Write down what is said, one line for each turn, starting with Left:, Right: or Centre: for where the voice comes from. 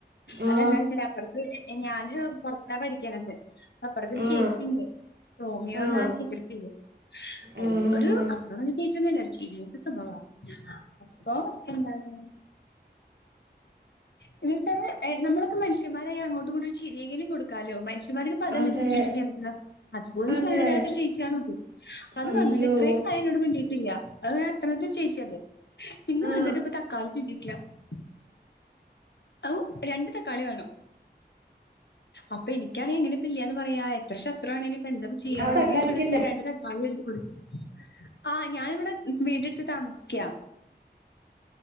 Right: ആ
Left: അതെന്താ വച്ചല് അപ്പുറത്ത് ഞാന് പൊറത്താ പഠിക്കാനുണ്ട് അപ്പുറത്തരു
Right: ആ
Left: ചേച്ചിണ്ട് റോമിയോന്നാ
Right: ആ
Left: ചേച്ചിടെ പേര് അ
Right: ആ ഹാ
Left: ഒരു
Right: ഹാ
Left: അപ്പം വ ചിരിയൊന്നുല്ല നല്ല സ്വഭാവ അപ്പൊ എന്താണ് എന്ന വച്ചാല് എ നമ്മളൊക്കെ മനുഷ്യന്മാരായി അങ്ങോട്ട് കൊണ്ട് ചിരിയെങ്കിലും കൊടുക്കാലോ മനുഷ്യൻമാർക്ക് അതല്ലേ
Right: അതെ
Left: എത്തിച്ചിട്ട് അതുപോലും
Right: അതെ
Left: ഷെയർ ചെയ്യാത്ത ചേച്ചിയാണുള്ളത്. അത്
Right: അയ്യോ
Left: പറഞ്ഞിട്ട് ഇത്രയും കാലം എന്നോട് മിണ്ടിട്ടില്ല. ആ എത്രാമത്തെ ചേച്ചയാ അത് ഇന്ന്
Right: ആ
Left: വന്നിട്ട് ഇപ്പൊ തക്കാളി <unintelligible> ഔ രണ്ട് തക്കാളി വേണം. അപ്പൊ എനിക്കാണേ എങ്ങനാ ഇപ്പം ഇല്ലാന്ന് പറയാ എത്ര ശത്രു ആണങ്കിലുംഇപ്പ എന്തെക്കെ ചെയ്യാം
Right: അവിടെ
Left: <unintelligible>
Right: അക്കാലിക്കുണ്ട്
Left: <unintelligible> ആ ഞാനിവിടെ വീടെടുത്ത് താമസിയ്ക്കാ